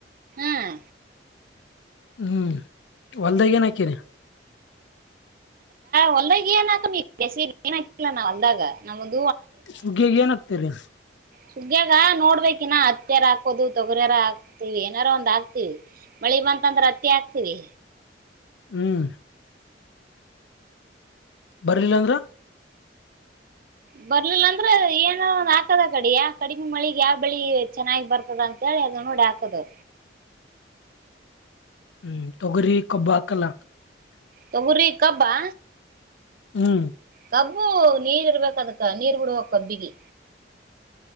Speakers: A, on the right; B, on the left.
A: ಹ್ಮ್
B: ಹ್ಮ್ ಹೊಲ್ದಾಗ ಏನ್ ಹಾಕೀರಿ.
A: ಹೊಲ್ದಾಗ ಏನ ಹಾಕಮಿ ಬ್ಯಾಸಿಗಿ ಏನ್ ಹಾಕಿಲ್ ನಾ ಹೊಲ್ದಾಗ ನಮೂದ್
B: ಸುಗ್ಗಿಗ ಏನ ಹಾಕ್ತೀರಿ.
A: ಸುಗ್ಗ್ಯಾಗ ನೋಡ್ಬೇಕಿನ ಹತ್ತ್ಯಾರ ಹಾಕೋದು ತೊಗರಿಯಾರ ಹಾಕ್ತಿವಿ ಏನಾರ ಒಂದ್ ಹಾಕ್ತಿವಿ ಮಳಿ ಮಳಿ ಬಂತಂದ್ರ ಹತ್ತಿ ಹಾಕ್ತೀವಿ.
B: ಹ್ಮ್ ಬರ್ಲಿಲ್ಲಂದ್ರ.
A: ಬರ್ಲಿಲ್ಲ ಅಂದ್ರ ಏನಾ ಒಂದ ಹಾಕದ ಅಕಡಿ ಯಾ ಕಡಿಮಿ ಮಳಿಗಿ ಯಾವ್ ಬೆಳಿ ಚೆನ್ನಾಗಿ ಬರ್ತದ ಅಂತ ಮಳಿ ಅದ ನೋಡಿ ಹಾಕದು.
B: ಹ್ಮ್ ತೊಗರಿ ಕಬ್ಬಾ ಹಾಕಲ್ಲ.
A: ತೊಗರಿ ಕಬ್ಬಾ
B: ಹ್ಮ್
A: ಕಬ್ಬು ನೀರ್ ಇರ್ಬೇಕ ಅದಕ್ಕ ನೀರ್ ಬಿಡಬೇಕ್ ಕಬ್ಬಿಗಿ.